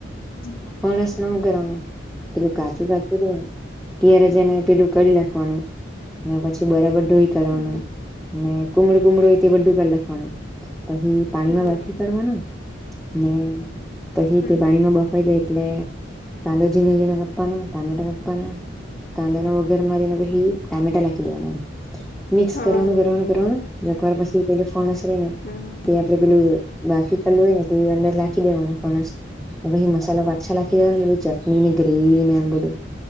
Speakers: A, on the left; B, in the centre.
A: હમ
B: ફણસમાં હું કરવાનું પેલું કાચું કાચું રે ને ત્યારે જેને પેલું કરી લખવાનું ને પછી બરાબર ધઢોઈ કાઢવાનું
A: હમ
B: ને કુમડું કુમડુ તે બધું કાલાખવાનું, પછી પાણીમાં
A: હમ
B: બાફી કાઢવાનું ને પછી
A: હમ
B: તે પાણીમાં બફાઈ જાય એટલે કાંદા ઝીણા ઝીણા કાપવાના, ટમેટો કાપવાના કાંદાના વઘાર મારીને ભાઈ પહિ ટામેટા લાખી દેવાના. મિક્સ
A: હા
B: કરવાનું કરવાનું કરવાનું જરાખવાર પછી પેું ફણસ રહીને
A: હમ
B: તે આપડે પેલું બાફી કરલું હોય ને તે અંદર લાખી દેવાનું, ફણસ. પછી મસાલા <unintelligible> લાખી દેવાના, ને બધું ચટણી ને ગ્રેવી ને એમ બધું